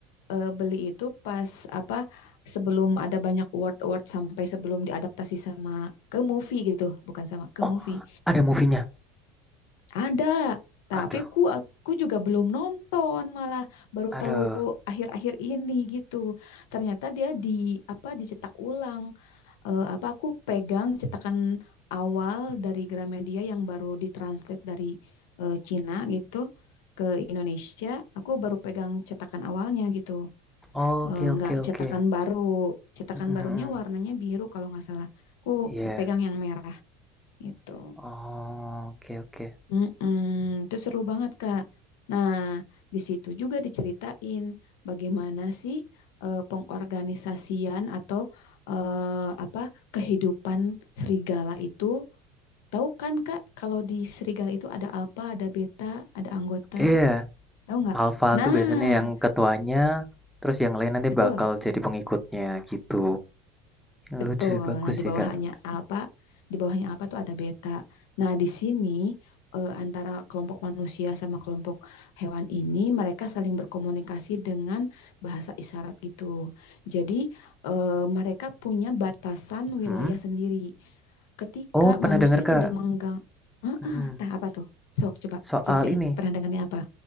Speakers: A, on the left; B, in the centre.
A: eh, beli itu pas apa sebelum ada banyak award-award sampai sebelum diadaptasi sama ke movie gitu, bukan sama ke
B: Oh,
A: movie.
B: ada movie-nya.
A: Ada,
B: Aduh,
A: tapi aku aku juga belum nonton malah baru
B: aduh.
A: tahu akhir-akhir ini gitu. Ternyata dia di apa dicetak ulang. Eh, apa aku pegang cetakan awal dari Gramedia yang baru ditranslate dari eh, Cina gitu ke Indonesia. Aku baru pegang cetakan awalnya gitu.
B: Oke,
A: Eh,
B: oke,
A: nggak
B: oke.
A: cetakan baru. Cetakan
B: Mm, mm, mm.
A: barunya warnanya biru kalau nggak salah. Aku
B: Iya.
A: pegang yang merah gitu.
B: Oh, Oke, oke.
A: Mm-mm, itu seru banget, Kak. Nah, di situ juga diceritain bagaimana sih eh, pengorganisasian atau eh, apa kehidupan serigala itu. Tahu kan, Kak, kalau di serigala itu ada alfa, ada beta, ada anggota.
B: Iya,
A: Tahu nggak?
B: Alpha
A: Nah,
B: tuh biasanya yang ketuanya, terus yang lain nanti
A: betul.
B: bakal jadi pengikutnya gitu.
A: Betul.
B: Lucu, bagus
A: Nah, di
B: sih,
A: bawahnya
B: Kak.
A: apa? Di bawahnya apa tuh ada beta. Nah, di sini eh, antara kelompok manusia sama kelompok hewan ini mereka saling berkomunikasi dengan bahasa isyarat gitu. Jadi, eh, mereka punya batasan wilayah
B: Mhm.
A: sendiri. Ketika
B: Oh, pernah
A: manusia
B: dengar, Kak.
A: tidak menggang, Ah,
B: Mhm.
A: ah. nah apa tuh? Sok coba
B: Soal
A: ceritain
B: ini,
A: perandangannya apa?